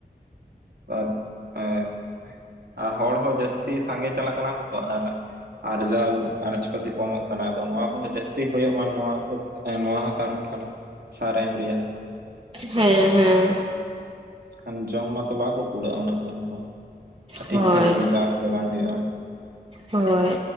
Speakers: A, on the right; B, on the right.
A: ᱟᱨ ᱮᱸᱜ, ᱟᱨ ᱦᱚᱲ ᱦᱚᱸ ᱡᱟᱹᱥᱛᱤ ᱥᱟᱸᱜᱮ ᱪᱟᱞᱟᱜ ᱠᱟᱱᱟ ᱠᱚ ᱛᱚ ᱟᱨ ᱟᱨᱡᱟᱣ ᱟᱱᱟᱡ ᱯᱟᱹᱛᱤ ᱠᱚᱢᱚᱜ ᱠᱟᱱᱟ ᱟᱫᱚ ᱱᱚᱣᱟ ᱠᱚᱦᱚᱸ ᱡᱟᱹᱥᱛᱤ ᱦᱳᱭᱳᱜ ᱢᱟ ᱱᱚᱣᱟ ᱠᱚᱫᱚ ᱱᱚᱣᱟ ᱦᱚᱸ ᱠᱟᱨᱚᱱ ᱠᱟᱱᱟ ᱥᱟᱨ ᱮᱢ ᱨᱮᱭᱟᱜ᱾
B: ᱦᱮᱸ ᱦᱮᱸ᱾
A: ᱠᱷᱟᱱ ᱡᱚᱢ ᱢᱟᱛᱚ ᱵᱟᱠᱚ ᱠᱩᱲᱟᱹᱜᱼᱟ ᱩᱱᱟᱹᱜ ᱜᱟᱱ ᱦᱚᱲ, ᱴᱷᱤᱠ
B: ᱦᱳᱭ
A: ᱴᱷᱟᱠ ᱡᱩᱫᱤ ᱪᱟᱥ ᱜᱮ ᱵᱟᱝ ᱦᱩᱭᱩᱜᱼᱟ᱾
B: ᱦᱳᱭ᱾